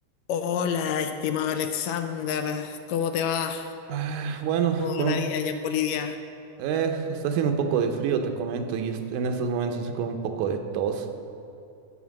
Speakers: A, on the left; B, on the right.
A: Hola, estimado Alexander, ¿cómo te va?
B: Ah, bueno,
A: ¿Cómo
B: con
A: va la
B: un,
A: vida allá en Bolivia?
B: eh, está haciendo un poco de frío, te comento, y est- en estos momentos estoy con un poco de tos.